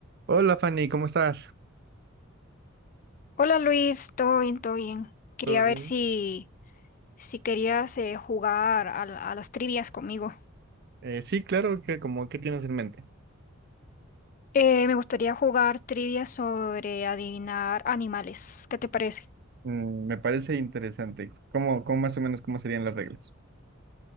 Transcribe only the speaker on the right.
Hola Fanny, ¿cómo estás?
¿Todo bien?
Eh, sí, claro, que como ¿qué tienes en mente?
Mm, me parece interesante. ¿Cómo, cómo más o menos cómo serían las reglas?